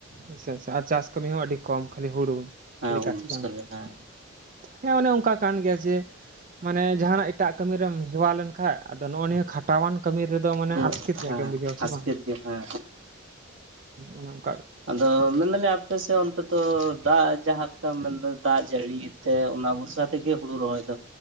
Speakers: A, on the right; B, on the right.
A: ᱟᱪᱪᱷᱟ ᱟᱪᱪᱷᱟ ᱟᱨ ᱪᱟᱥ ᱠᱟᱹᱢᱤ ᱦᱚᱸ ᱟᱹᱰᱤ ᱠᱚᱢ ᱠᱷᱟᱹᱞᱤ ᱦᱩᱲᱩ
B: ᱦᱮᱸ
A: ᱞᱮᱠᱟ
B: ᱦᱩᱲᱩ
A: ᱥᱮ
B: ᱨᱚᱥᱠᱟᱨ
A: ᱵᱟᱝ?
B: ᱨᱮ ᱦᱮᱸ
A: ᱦᱮᱸ ᱚᱱᱮ ᱚᱱᱠᱟ ᱠᱟᱱ ᱜᱮᱭᱟ ᱡᱮ ᱢᱟᱱᱮ ᱡᱟᱦᱟᱸᱱᱟᱜ ᱮᱴᱟᱜ ᱠᱟᱹᱢᱤ ᱨᱮᱢ ᱦᱮᱣᱟ ᱞᱮᱱᱠᱷᱟᱱ ᱟᱫᱚ ᱠᱷᱟᱴᱟᱣᱟᱱ ᱠᱟᱹᱢᱤ ᱨᱮᱫᱚ ᱢᱟᱱᱮ
B: ᱦᱮᱸ
A: ᱟᱥᱠᱮᱛ ᱧᱚᱜ ᱜᱮᱢ ᱵᱩᱡᱷᱟᱹᱣᱟ ᱦᱮᱸ
B: ᱦᱟᱥᱠᱮᱛ
A: ᱥᱮ ᱵᱟᱝ,
B: ᱜᱮ ᱦᱮᱸ
A: ᱚᱱᱮ ᱚᱝ
B: ᱟᱫᱚ ᱢᱮᱱ ᱫᱟᱞᱮ ᱟᱯᱮᱥᱮᱜ ᱚᱱᱛᱮ ᱫᱚ ᱫᱟᱜ ᱡᱟᱦᱟᱸᱮ ᱞᱮᱠᱟᱢ ᱢᱮᱱᱫᱟ ᱫᱟᱜ ᱡᱟᱹᱲᱤ ᱛᱮ ᱚᱱᱟ ᱵᱷᱚᱨᱥᱟ ᱛᱮᱜᱮ ᱦᱩᱲᱩ ᱨᱚᱦᱚᱭ ᱫᱚ